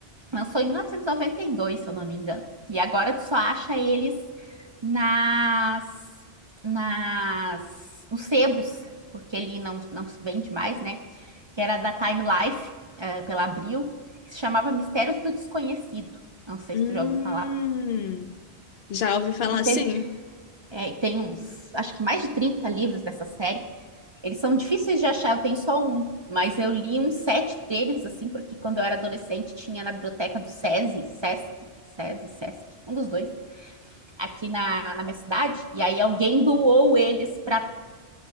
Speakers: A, on the right; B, on the left.
A: Lançou em 1992, se eu não me engano. E agora tu só acha eles nas, nas, nos sebos, porque ele não, não se vende mais, né? Que era da Time Life, eh, pela Abril, que se chamava Mistérios do Desconhecido. Não sei
B: Hum,
A: se tu já ouviu falar.
B: já ouvi falar
A: E tem,
B: assim?
A: é, e tem uns, acho que mais de 30 livros dessa série. Eles são difíceis de achar, eu tenho só um, mas eu li uns sete deles, assim, porque quando eu era adolescente tinha na biblioteca do SESI, SESC, SESI, SESC, um dos dois, aqui na, na minha cidade, e aí alguém doou eles para